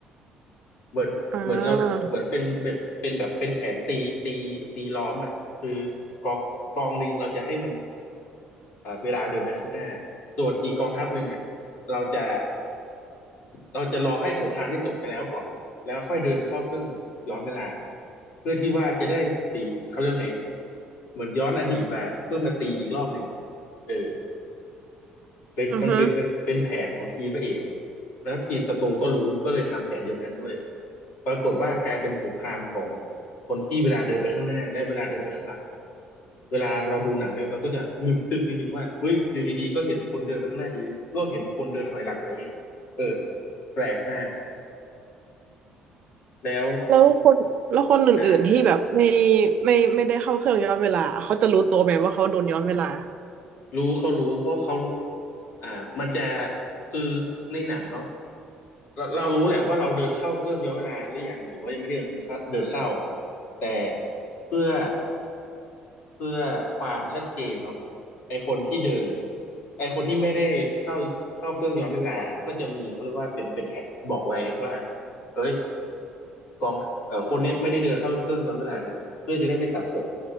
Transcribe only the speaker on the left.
เหมือนเหมือนเราเหมือนเป็นเป็นเป็นแบบเป็นแผนตีตีตีล้อมอ่ะคือ
กองกองหนึ่งเราจะให้มัน เอ่อเวลาเดินไปข้างหน้า ส่วนอีกกองทัพหนึ่งเนี่ยเราจะเราจะรอให้สงครามได้จบไปแล้วก่อนแล้วค่อยเดินเข้าเครื่องย้อนเวลาเพื่อที่ว่าจะได้ตีเขาเรียกไงเหมือนย้อนอดีตมาเพื่อมาตีอีกรอบหนึ่งเออ เป็นมันเป็นเป็นแผนของทีมพระเอก
แล้วทีมศัตรูก็รู้ก็เลยทำแผนเดียวกันด้วยปรากฏว่ากลายเป็นสงครามของคนที่เวลาเดินไปข้างหน้าและเวลาเดินไปข้างหลังเวลาเราดูหนังเนี่ยเราก็จะมึนตึกนิดนึงว่าเฮ้ยอยู่ดีๆก็เห็นคนเดินไปข้างหน้าอยู่ดีก็เห็นคนเดินถอยหลังอะไรเงี้ยเออแปลกมากแล้ว
อ่า
รู้เขารู้เพราะเขาอ่ามันจะคือในหนังเนาะเราเรารู้แหละว่าเราเดินเข้าเครื่องย้อนเวลาหรือยังหรือว่ายังไม่ได้เดินเข้าเดินเข้าแต่เพื่อเพื่อความชัดเจนเนาะไอคนที่เดินไอคนที่ไม่ได้เข้าเข้าเครื่องย้อนเวลาก็จะมีเขาเรียกว่าเป็นเป็นแท็กบอกไว้ว่าเอ้ย กองเอ่อคนเนี้ยไม่ได้เดินเข้าเครื่องย้อนเวลานะเพื่อจะได้ไม่สับสน